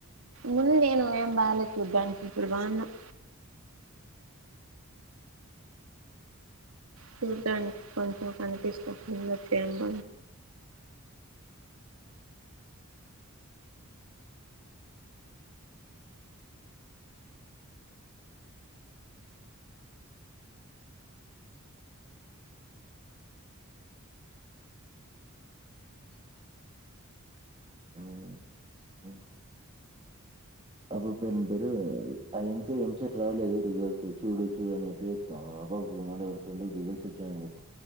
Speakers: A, on the right; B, on the right.
A: ముందు నేను నేను బాలే చూడ్డానికి ఇప్పుడు బాగున్నావ్ చూడ్డానికి కొంచెం కనిపిస్తుంది వచ్చేయన్న
B: హ్ హ్ అమే పేరు ఏం పేరు ఆమే ఇంకా ఏంసెట్ రాయాలేదు. రిజల్ట్స్ చూడు చూడు అని ఎట్ల చెప్తాము. బబాయ్ కి <unintelligible> రిజల్ట్స్ వచ్చాయ్ అని చెప్పి